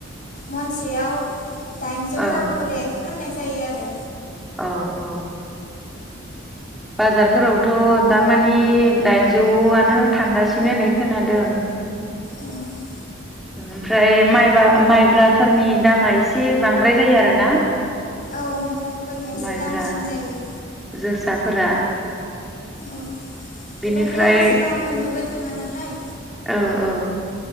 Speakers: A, on the left (about 40°); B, in the centre.
A: मनसेयाव दाइनजौ
B: औ
A: रांखरे फाननाय जायो आरो
B: औ औ बाजारफोरावथ' दामानि दाइनजौआनो थांगासिनो होननाय खोनादों
A: औ
B: ओमफ्राय माइबा माइब्राफोरनि दामा एसे बांद्राय जायो आरोना
A: औ माइब्राफोरनिया एसे
B: माइब्रा
A: दामसिन जायो
B: जोसाफोरा
A: औ
B: बेनिफ्राय
A: बेफोरखौ एसेबां मोननोबो थाङा नालाय
B: औ औ